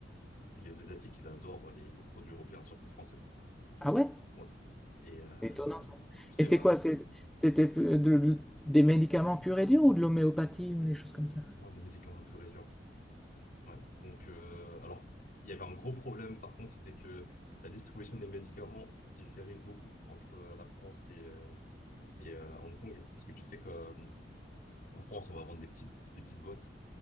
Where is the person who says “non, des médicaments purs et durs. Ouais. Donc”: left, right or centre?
Left